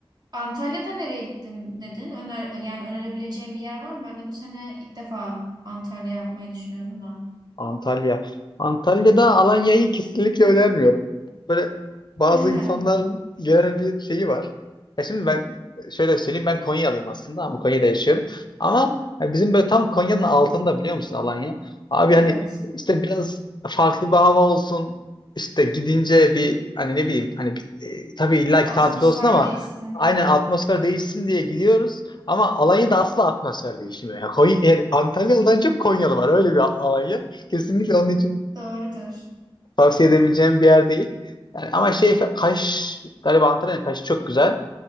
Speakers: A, on the right; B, on the left.
A: Antalya'da nereye gittin dedin? Öner, yani önerebileceğin bir yer var mı? Ben de bu sene ilk defa Antalya yapmayı düşünüyorum da.
B: Antalya. Antalya'da Alanya'yı kesinlikle önermiyorum. Böyle bazı
A: <laughs>
B: insanların genel bir şeyi var. Ya şimdi ben şöyle söyleyeyim ben Konyalıyım aslında ama Konya'da yaşıyorum. Ama ya bizim böyle tam Konya'nın altında biliyor musun Alanya? Abi
A: Evet.
B: hani işte biraz farklı bir hava olsun. İşte gidince bir hani ne bileyim hani bir, e, tabii illaki
A: Atmosfer
B: tatil olsun ama
A: değişsin.
B: aynen atmosfer değişsin diye gidiyoruz. Ama Alanya'da asla atmosfer değişmiyor. Ya Konya, yani Antalyalı'dan çok Konyalı var öyle bir Alanya. Kesinlikle onun için
A: Doğrudur.
B: tavsiye edebileceğim bir yer değil. Yani ama şey Kaş galiba Antalya'nın Kaş'ı çok güzel.